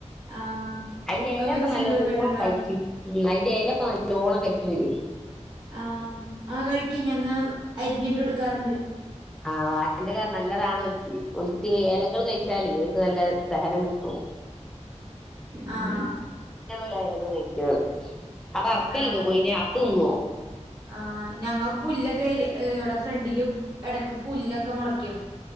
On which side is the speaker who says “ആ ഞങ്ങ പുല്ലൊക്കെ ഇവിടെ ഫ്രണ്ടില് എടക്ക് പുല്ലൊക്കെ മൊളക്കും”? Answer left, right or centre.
Right